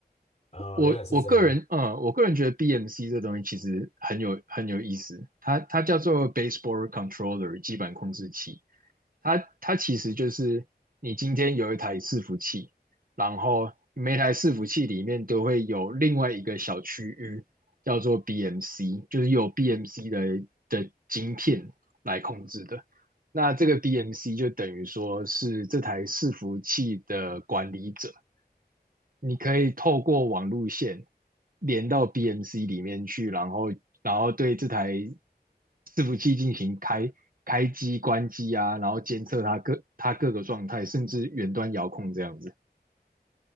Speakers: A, on the left; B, on the right.
A: 哦，
B: 我我个人，
A: 原来是这样。
B: 嗯，我个人觉得 BMC 这东西其实很有很有意思，它它叫做 Baseboard Controller 基板控制器。它它其实就是你今天有一台伺服器，然后每台伺服器里面都会有另外一个小区域叫做 BMC，就是有 BMC 的的晶片来控制的。那这个 BMC 就等于说是这台伺服器的管理者，你可以透过网路线连到 BMC 里面去，然后然后对这台伺服器进行开开机、关机啊，然后监测它各它各个状态，甚至远端遥控这样子。